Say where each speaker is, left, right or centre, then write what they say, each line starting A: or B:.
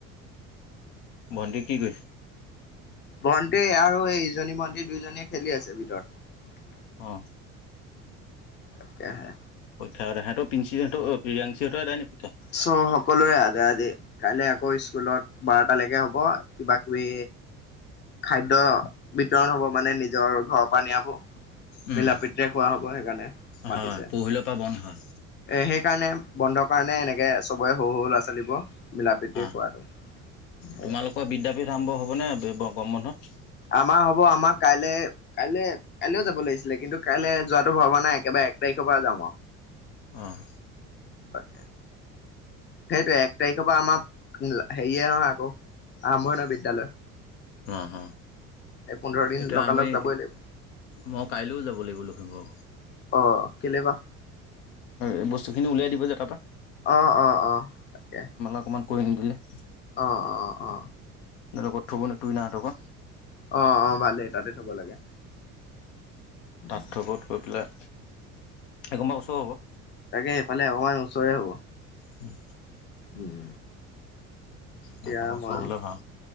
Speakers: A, on the left (about 60°); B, on the left (about 25°).
A: ভণ্টি কি কৰিছে?
B: ভণ্টি আৰু এই ইজনী ভণ্টি দুইজনীয়ে খেলি আছে ভিতৰত।
A: অ
B: তাকে হে।
A: ৰহত পিঞ্চিঁহতো অ প্ৰীয়াংশিহতো দাই নেকি? পৰীক্ষা?
B: চ' সকলোৰে আজ আজি কাইলৈ আকৌ স্কুলত বাৰটালৈকে হ'ব। কিবা কিবি খাদ্য বিতৰণ হব মানে নিজৰ ঘৰৰ পৰা নিয়াবোৰ।
A: উম,
B: মিলাপ্ৰীতিৰে খোৱা হব সেইকাৰণে মাতিছে।
A: হয় পৰহিলৰ পৰা বন্ধ হয়।
B: সেইকাৰণে বন্ধৰ কাৰণে এনেকে সবৰে সৰু সৰু ল'ৰা ছোৱালীবোৰ মিলাপ্ৰীতিৰে
A: অ',
B: খোৱাটো,
A: তোমালোকৰ
B: এ।
A: বিদ্যাপীঠ আৰম্ভ হ'ব নে গৰম বন্ধত?
B: আমাৰ হ'ব আমাৰ কাইলে কাইলৈ কাইলেও যাব লাগিছিলে কিন্তু কাইলে যোৱাতো ভৰবা নাই, একেবাৰে এক তাৰিখৰ পৰা যাম মই।
A: আহ
B: তাকে, সেইটোয়ে এক তাৰিখৰ পৰা আমাৰ হেৰিয়ে নহয় আকৌ। আৰম্ভ
A: আহ
B: নহয় বিদ্যালয়
A: হ হ।
B: সেই পোন্ধৰ দিন
A: এতিয়া
B: লগালগ
A: আমি,
B: যাবই লাগিব
A: মই কাইলৈও যাব লাগিব লখিমপুৰ।
B: অ, কেলে বা?
A: এই বস্তুখিনি উলিয়াই দিব যে তাৰ পৰা।
B: অ অ অ তাকে
A: অকণমান কৰি নিদিলে।
B: অ অ অ
A: ক'ত থ'বনো তোৰ ইহঁতকো
B: অ অ ভালেই। তাতে থ'ব লাগে। উম
A: তাত থ'ব, থই পেলাই এক কোবা ওচৰ হ'ব।
B: তাকে সেইফালে অকমান ওচৰে হ'ব।
A: হম
B: উম এতিয়া
A: সেইকণ ওচৰ
B: মই,
A: হ'লে ভাল।